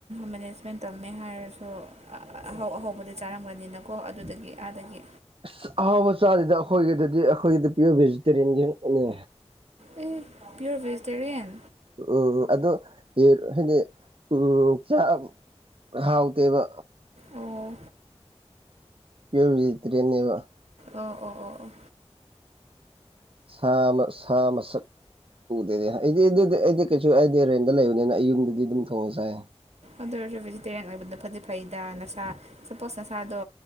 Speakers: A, on the right (about 75°); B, on the right (about 55°).
A: ꯃꯦꯅꯦꯖꯃꯦꯟ ꯇꯧꯃꯦ ꯍꯥꯏꯔꯁꯨ ꯑꯍꯥꯎ ꯑꯍꯧꯕꯗꯤ ꯆꯥꯔꯝꯒꯅꯤꯅꯀꯣ ꯑꯗꯨꯗꯒꯤ ꯑꯗꯒꯤ
B: ꯑꯁ ꯑꯍꯥꯎꯕ ꯆꯥꯁꯤꯗ ꯑꯩꯈꯣꯏꯒꯤꯗꯗꯤ ꯑꯩꯈꯣꯏꯒꯤꯗꯤ ꯄꯤꯌꯣꯔ ꯚꯦꯖꯤꯇꯦꯔꯤꯌꯟꯒꯤꯅꯦ
A: ꯑꯦ ꯄꯤꯌꯣꯔ ꯦꯖꯤꯇꯦꯔꯤꯌꯦꯟ
B: ꯎꯝꯝ ꯑꯗꯨꯗ ꯌꯨꯔ ꯍꯥꯏꯗꯤ ꯎ ꯆꯥꯛ ꯍꯥꯎꯇꯦꯕ꯫
A: ꯑꯣ
B: <unintelligible>
A: ꯑꯣ ꯑꯣ ꯑꯣ ꯑꯣ
B: ꯁꯥ ꯁꯥ ꯃꯁꯛ ꯎꯗꯦꯗꯤ ꯑꯩꯗꯤ ꯑꯗꯨꯗꯤ ꯑꯩꯗꯤ ꯀꯩꯁꯨ ꯑꯩꯗꯤ ꯔꯦꯟꯗ ꯂꯩꯕꯅꯤꯅ ꯑꯩ ꯌꯨꯝꯗꯗꯤ ꯑꯗꯨꯝ ꯊꯣꯡꯉ ꯆꯥꯏ
A: ꯑꯗꯨ ꯑꯣꯏꯔꯁꯨ ꯚꯦꯖꯤꯇꯦꯔꯤꯌꯟ ꯑꯣꯏꯕꯗ ꯐꯗꯤ ꯐꯩꯗ ꯅꯁꯥ ꯁꯄꯣꯁ ꯅꯁꯥꯗꯣ